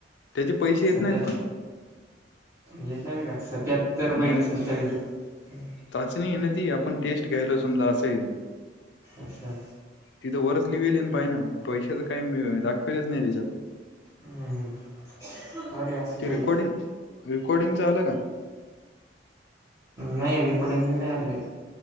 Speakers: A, on the left; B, on the right.
A: त्याचे पैसे येत
B: सत्यात
A: नाहीत पण.
B: येत नाही का? सत्यातर पैकी
A: नाही ना
B: सत्तावीस झाले.
A: चाचणी आहे ना ती आपण टेस्ट घ्यायल समजा असं आहे ते.
B: अच्छा
A: तिथं वरच लिवेल ये पाय ना पैसेच काय मेळ दाखवेलच नाही तेच्यात.
B: हम्म अरे
A: ते
B: काही
A: रिकॉर्डिंग रिकॉर्डिंगच आलं का?
B: नाही रेकॉर्डीिंगचं नाही आल काही